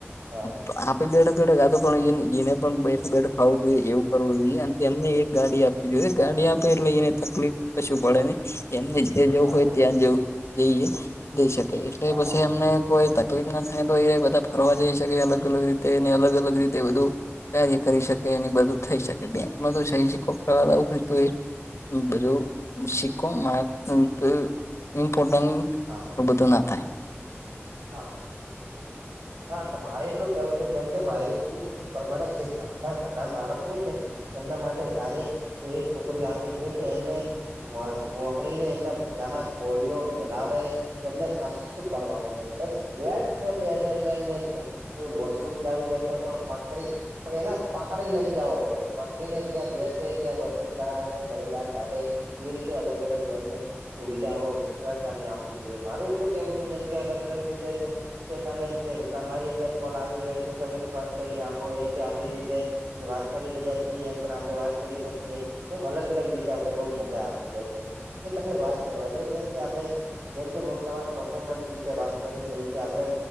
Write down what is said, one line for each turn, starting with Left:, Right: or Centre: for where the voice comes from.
Right: હા
Left: તો આપે બેઠા બેઠ આ. પણ એને પણ બેઠ બેઠ ખાવું જોઈએ એવું કરવું જોઈએ એમને એક ગાડી આપવી જોઈએ ગાડી આપ લઈને તકલીફ કશું પડે ને એમને જે જવું
Right: હા
Left: હોય ત્યાં જવું જઈએ જઈ શકે એટલે
Right: હા
Left: પછી એમને કોય તકલીફ. તકલીફ ના થાય તો એ ર બધા ફરવા જઈ શકે અલગ અલ રીતે ને અલગ અલગ રીતે તે બધું કાર્ય કરી શકે અને બધું થઈ શકે બેંકમાં તો સહેજી કો વા આવું હોય તો એ બધું શીખું મારા ઇમ્પોર્ટન્ટ
Right: હા
Left: આવુબઘુ ન ના થાય.
Right: હા હા હા તો મારે એટલું કેવું છે જેમ કે મારે એ પ્રમાણે જે ઘા ઘરડા માણસ હોય છે ને એમના માટે સારી એવી છોકરીઓ આપવી જોઈએ કે એમને મોહાી ને એમના મોઢામાં કોળીઓ મેલાવે એમને કશું કરવાનું નહીિ બસ બેઠે બેઠે એટલે એમને એ વોશરૂમ જવું હોય તો પણ પાકડી એને પકડીને લઈને જવું પડે પકડીને ત્યાં બેસે ત્યાં વોસ રૂમ કરાવવા ને ઘ બહાર કાઢે એવી રીતે અલગ અલગ એમને સુવિધાઓ સરકારને આપ જોઈએ મારું એટલું કેવું છે જેમ કે અલગ અલગ રીતે કે તમે જે તમારી અંદર કોલ આવી રહ્યો છે તમે કટ કરી નાખો એમ કે આપડી રીતે વાત કરી રહ્યા છીએ એમ પણ આપડણે વાત કરી શકીએ એમ અલગ અલગ રીતે આપડણે બહ મજા આપતી હોય છે કે તમે વાત જો જેમ કે આપણે જેમ કે હું તમારા પરફોર્મન્સ વિશે વાત કરું જેમ કે આપડે